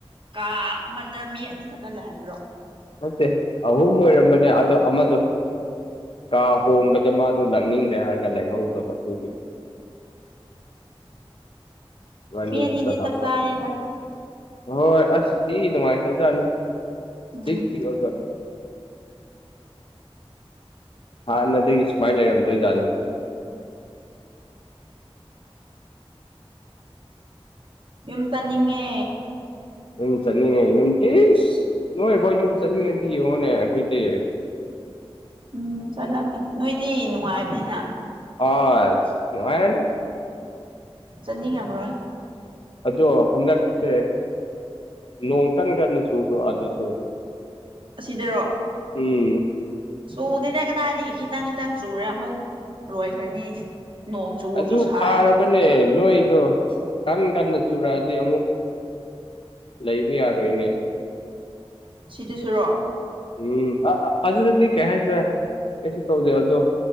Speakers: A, on the right; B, on the left.
A: ꯀꯥ ꯑꯃꯗ ꯃꯤ ꯑꯅꯤ ꯈꯛꯇ ꯂꯩꯍꯟꯕ꯭ꯔꯣ
B: ꯅꯠꯇꯦ ꯑꯍꯨꯝ ꯑꯣꯏꯔꯝꯕꯅꯦ ꯑꯗꯣ ꯑꯃꯗꯣ ꯀꯥ ꯍꯣꯡꯕꯗ ꯃꯥꯗꯣ ꯂꯥꯛꯅꯤꯡꯗꯦ ꯍꯥꯏꯔꯒ ꯂꯩꯍꯧꯗꯕ ꯑꯗꯨꯒꯤ ꯏꯕꯥꯅꯤ
A: ꯃꯤꯑꯅꯤꯗꯤ
B: ꯈꯛꯇ ꯂꯥꯛꯄ
A: ꯆꯞ ꯆꯥꯔꯦꯗ
B: ꯍꯣꯏ ꯑꯁ ꯁꯤ ꯅꯨꯡꯉꯥꯏꯇꯗꯖꯥꯅꯤ
A: ꯎꯝ
B: ꯖꯤꯛ <unintelligible> ꯍꯥꯥꯟꯅ ꯗꯒꯤ ꯂꯩꯔꯝꯗꯣꯏ ꯖꯅꯤ
A: ꯌꯨꯝ ꯆꯠꯅꯤꯡꯉꯦ
B: ꯌꯨꯝ ꯆꯠꯅꯤꯡꯉꯦ ꯌꯨꯝ ꯏꯁ ꯅꯣꯏ ꯍꯣꯏ ꯌꯨꯝ ꯆꯠꯅꯤꯡꯉꯗꯤ ꯌꯦꯡꯉꯣꯅꯦ ꯑꯩꯈꯣꯏꯗꯤ
A: ꯎꯝ ꯆꯠꯂꯝꯒꯟ ꯅꯣꯏꯗꯤ ꯅꯨꯡꯉꯥꯏꯕꯅꯤꯅ
B: ꯑꯥꯜ ꯅꯣꯉꯥꯏꯔꯅꯤ
A: ꯆꯠꯅꯤ ꯉꯝꯃꯔꯣꯏ
B: ꯑꯗꯣ ꯍꯟꯗꯛꯁꯦ ꯅꯣꯡ ꯀꯟ ꯀꯟꯅ ꯆꯨꯕꯔꯣ ꯑꯗꯨꯁꯨ
A: ꯑꯁꯤꯗꯔꯣ
B: ꯎꯝ
A: ꯆꯨꯗꯦꯅꯦ ꯀꯗꯥꯏꯗꯒꯤ ꯈꯤꯇꯪ ꯈꯤꯇꯪ ꯆꯨꯔꯦ ꯑꯃꯨꯛ ꯂꯣꯏꯈ꯭ꯔꯅꯤ ꯅꯣꯡ ꯆꯨꯔꯁꯨ
B: ꯑꯗꯨ
A: ꯁꯥꯏ
B: ꯐꯥꯔꯕꯅꯦ ꯅꯣꯏꯗꯣ ꯀꯟ ꯀꯟꯅ ꯆꯨꯔꯛꯑꯗꯤ ꯑꯃꯨꯛ ꯂꯩꯕ ꯌꯥꯔꯣꯏꯅꯦ
A: ꯁꯤꯗꯨꯁꯨꯔꯣ
B: ꯎꯝ ꯑꯥ ꯑꯗꯨꯗꯗꯤ ꯀꯩ ꯍꯥꯏꯁꯤꯔ ꯀꯩꯁꯨ ꯇꯧꯗꯦ ꯑꯗꯨ